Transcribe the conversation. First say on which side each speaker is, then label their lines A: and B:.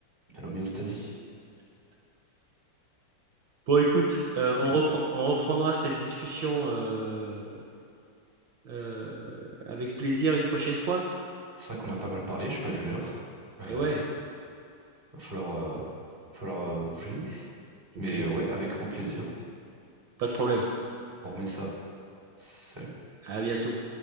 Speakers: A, on the right (about 25°); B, on the right (about 65°).
A: à l'homéostasie.
B: Bon écoute,
A: En
B: heu,
A: tout
B: on reprend
A: cas,
B: on reprendra cette discussion, heu heu, avec plaisir une prochaine fois?
A: c'est vrai qu'on a pas mal parlé, j'ai pas vu l'heure. Euh,
B: Eh ouais,
A: va falloir, euh, falloir euh, bouger. Mais
B: OK,
A: euh, ouais, avec grand plaisir.
B: pas de problème.
A: On remet ça. Salut.
B: À bientôt.